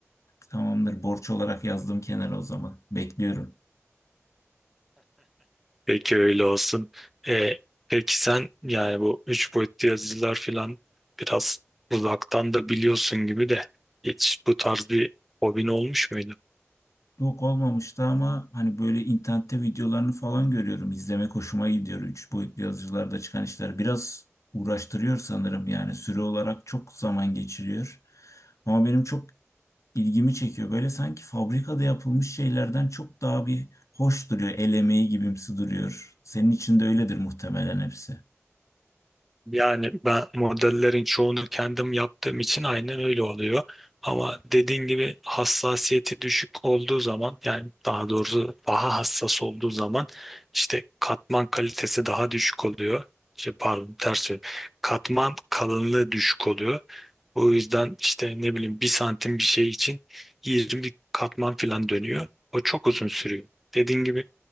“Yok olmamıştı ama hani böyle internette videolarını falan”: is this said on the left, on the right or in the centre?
Left